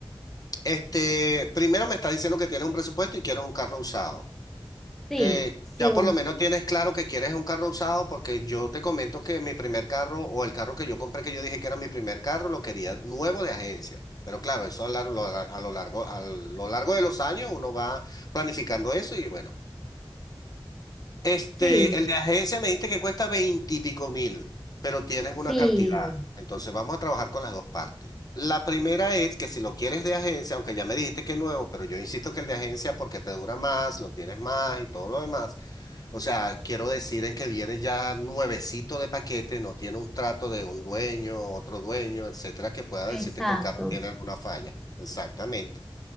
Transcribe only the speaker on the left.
este, primero me estás diciendo que tienes un presupuesto y quieres un carro usado
eh,
ya
por lo menos tienes claro que quieres un carro usado porque yo te comento que mi primer carro o el carro que yo compré que yo dije que era mi primer carro lo quería nuevo de agencia. Pero claro, eso a lar- lo- a lo largo, a lo largo de los años uno va planificando eso y bueno. Este,
el de agencia me dijiste que cuesta veintipico mil, pero tienes
una cantidad. Entonces vamos a trabajar con las dos partes. La primera es que si lo quieres de agencia, aunque ya me dijiste que es nuevo, pero yo insisto que el de agencia porque te dura más, lo tienes más y todo lo demás. O sea, quiero decir en que viene ya nuevecito de paquete, no tiene un trato de un dueño, otro dueño, etcétera, que pueda
decirte que el carro tiene alguna falla. Exactamente.